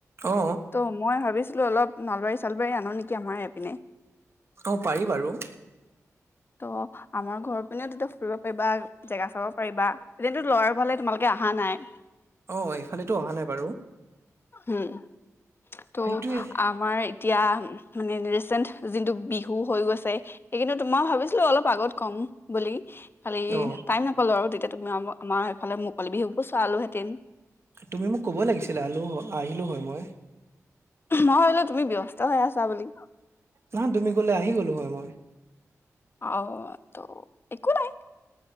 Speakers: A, on the right (about 45°); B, on the left (about 40°).
A: অ
B: ত মই ভাবিছো। ছিলো অলপ নলবাৰী ছালবাৰী আনোনেকি আমাৰ প পিনে
A: অ পাৰি বাৰু
B: ত' আমাৰ ঘৰৰ পিনেও তেতিয়া ফুৰিব পাৰিবা জেগা চাব পাৰিবা তেতিন্তো লৰাৰ ভাললে তোমালোকে অহা নাই।
A: অ এইফালেতো অহা নাই বাৰু
B: উম ত'
A: সেইটোৱে
B: আমাৰ এতিয়া মানে ৰিচেন্ট যিটো বিহু হৈ গৈছে সেই কিন্তু তোমাৰ ভাবিছিলো অলপ আগত কম বুলি খালি
A: অ
B: টাইম নাপালো আৰু তেতিয়া। তুমি আৰু আমাৰ সিফালে মুকলি বিহুবোৰ চোৱা আলো হেতেন
A: তুমি মোক ক'ব লাগিছিলে আকৌ আহিলো হয় মই।
B: মই হলো তুমি ব্যস্ত হৈ আছা বুলি।
A: নহয় তুমি গলে আহি গ'লো হয় মই
B: অ ত একো নাই